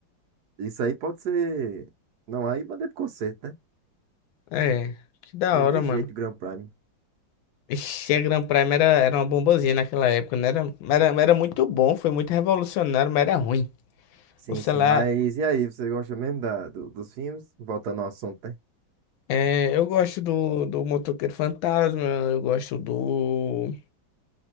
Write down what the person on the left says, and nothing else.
É, que da
hora,
mano.
Ixi, a Grand Prime era, era uma bombazinha naquela época, né? Era, era, era muito bom, foi muito revolucionário, mas era ruim.
O celular
É, eu gosto do, do Motoqueiro Fantasma, eu gosto do,